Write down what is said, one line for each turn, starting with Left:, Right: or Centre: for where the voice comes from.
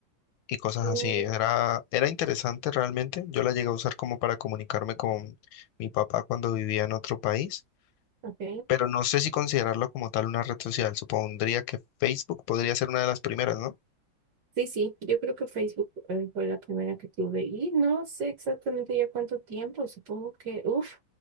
Left: y cosas
Right: Mm,
Left: así. Era, era interesante realmente. Yo la llegué a usar como para comunicarme con mi papá cuando vivía en otro país
Right: ok.
Left: pero no sé si considerarlo como tal una red social. Supondría que Facebook podría ser una de las primeras, ¿no?
Right: Sí, sí. Yo creo que Facebook eh, fue la primera que tuve. Y no sé exactamente ya cuánto tiempo. Supongo que, uff,